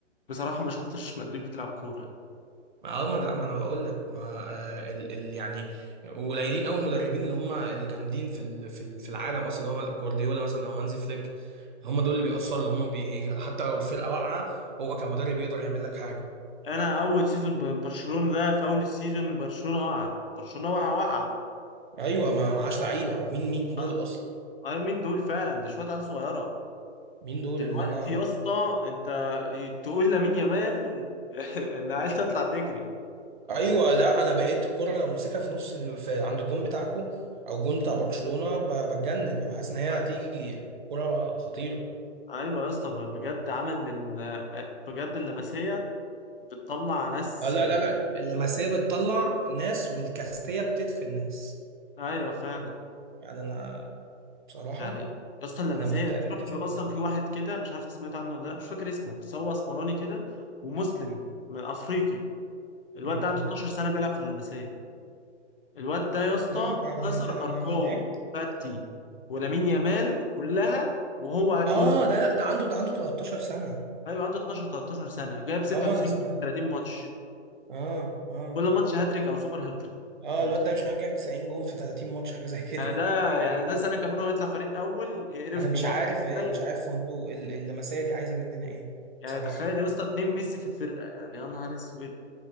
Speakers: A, on the left (about 50°); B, on the right (about 40°).
A: بصراحه ما شفتش مدريد بتلعب كوره يعني.
B: ما اه ما لا ما انا بقول لك ما آه ال ال يعني قليلين قوي المدربين اللي هم الجامدين في ال في ال في العالم اصلا اللي هم جوارديولا مثلا او هانزي فليك هم دول اللي بيأثروا اللي هم بي حتى لو الفرقه واقعه هو كمدرب يقدر يعمل لك حاجه
A: انا اول سيزون ب- برشلونه ده في اول السيزون برشلونه وقع برشلونه وقع وقع
B: ايوه ما معاش لعيبه ومين مين دول
A: أه،
B: اصلا
A: أيوة، مين دول فعلا ده شويه عيال صغيره
B: مين دول
A: دلوقتي
B: اللي انا
A: يا اسطى انت تقول لامين يامال <laughs> انا عايز تطلع تجري
B: ايوه لا انا بقيت الكره لو مسكها في نص الم- في عند الجون بتاعكم او الجون بتاع برشلونه ب- بتجنن بحس ان هي
A: أ-
B: هتيجي كره خطيره
A: ايوه يا اسطى ب- بجد عمل من بجد اللمسيه بتطلع ناس
B: آه لا لا لا اللمسيه بتطلع ناس والكاستيه بتدفن ناس
A: <laughs> ايوه فعلا
B: يعني انا بصراحه
A: يعني يا اسطى اللمسيه
B: انا مستاء من الكاستيه
A: شفت له اصلا
B: دي
A: في واحد كده مش عارف سمعت عنه ولا لا مش فاكر اسمه بس هو اسمراني كده ومسلم من افريقي الواد
B: مم.
A: ده عنده 12 سنه بيلعب في اللمسيه الواد ده يا اسطى
B: نعم ده انا
A: كسر
B: ده انا
A: ارقام
B: ده تعبت
A: فاتي ولامين يامال كلها وهو قدهم
B: اه ده لا ده عنده ده عنده 13 سنه
A: ايوه عنده 12 13 سنه جايب 96
B: اه انا سمعت
A: جول
B: اه
A: في 30 ماتش
B: اه اه
A: كل ماتش هاتريك او سوبر هاتريك
B: آه،
A: انت
B: الواد
A: متخيل
B: ده مش عارف جايب 90 جون في 30 ماتش حاجه زي كده
A: يعني ده يعني ده سنه كمان هو يطلع فريق اول
B: <laughs>
A: يقرفكوا
B: انا مش
A: برضه
B: عارف
A: يعني
B: يعني
A: تخيل
B: مش عارف هو انتوا ال- اللمسيه دي عايزه مننا ايه
A: يعني
B: بصراحه
A: تخيل يا اسطى اتنين ميسي في الفرقه يعني يا نهار اسود